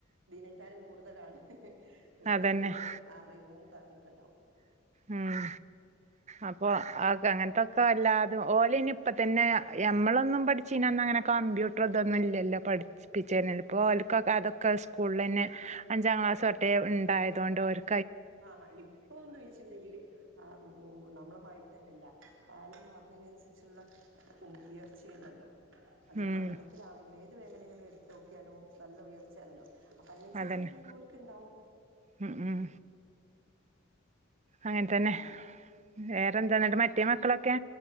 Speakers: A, on the right (about 70°); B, on the right (about 35°).
A: ദിനയിത്താനും കൂടുതലാണ്. അവർക്ക്
B: അതന്നെ
A: എല്ലാം അറിവും കാര്യമൊക്കെ ഉണ്ടാവും.
B: ഉം അപ്പൊ അങ്ങനത്തൊക്കെ അല്ലാതാ. ഓലനി ഇപ്പ തന്നെ യമ്മളൊന്നും പഠിചിന അങ്ങനെ കമ്പ്യൂട്ടർ ഇതൊന്നും ഇല്ലല്ലോ. പഠി പിചെനെ. ഇപ്പോൾ ഓൽക്ക് ക്ക അതൊക്കെ അത് സ്കൂൾളെനെ അഞ്ചാക്ലാസോട്ടെ ഇണ്ടായതോണ്ട്, ഒര്
A: ആഹാ ഇപ്പൊന്ന് ച്ചിണ്ടെങ്കില്, ആഹ് ഒ ഓ നമ്മളെ മായിത്തന്നെല്ല, കാലം മാറുന്നതി നനുസരിച്ചുള്ള, തും ഉയർച്ചയുണ്ടല്ലോ, അത്
B: ഉം
A: പഠനത്തിലാണെങ്കിൽ ഏത് മേഖലകളിൽ, നോക്കിയാലും നല്ല ഉയർച്ചയാണല്ലോ. അപ്പൊ അതിനനുസരിച്ചുള്ള
B: അതന്നെ
A: വിവരം ഓൽക്കുണ്ടാവും.
B: ഉം ഉം. അങ്ങനെ തന്നെ വേറെന്താെന്നിട്ട് മറ്റേ മക്കളൊക്കെ